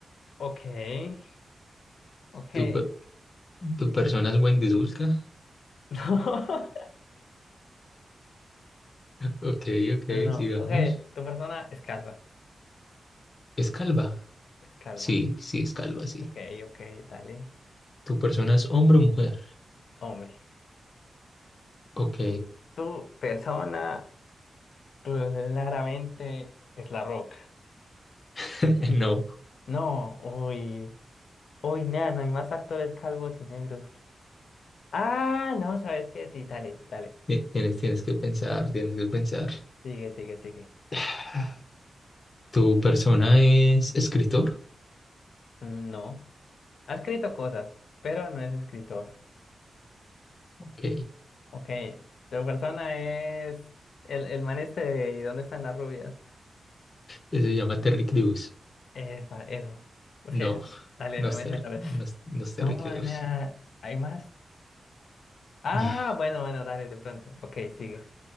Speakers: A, on the left; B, on the left.
A: ok, ok.
B: Tu, pe- tu persona es Wendisulca,
A: <laughs>
B: ok, ok,
A: No, no, no,
B: sigamos.
A: ok, tu persona es calva,
B: Es calva,
A: es calva.
B: sí, sí, es calva, sí.
A: Ok, ok, dale,
B: Tu persona es hombre o mujer,
A: hombre.
B: ok,
A: Tu persona claramente es la roca.
B: <laughs> no.
A: No, uy, uy, nada, no hay más actores calvos y negros. Ah, no, ¿sabes qué? Sí, dale, dale.
B: Ti- Tienes, tienes que pensar, tienes que pensar.
A: Sigue, sigue, sigue.
B: <sighs> Tu persona es escritor,
A: Mm, No. Ha escrito cosas, pero no es escritor.
B: ok,
A: Ok, tu persona es el, el man este de ¿Y dónde están las rubias?
B: se llama Terry Crews.
A: Efa, eso. Es
B: No,
A: que, dale,
B: no
A: no
B: es,
A: es
B: ter-
A: el nombre.
B: no es, no es terriqueos.
A: No, mana, ¿hay más? Ah,
B: Eh,
A: bueno, bueno, dale, de pronto. Ok, sigue.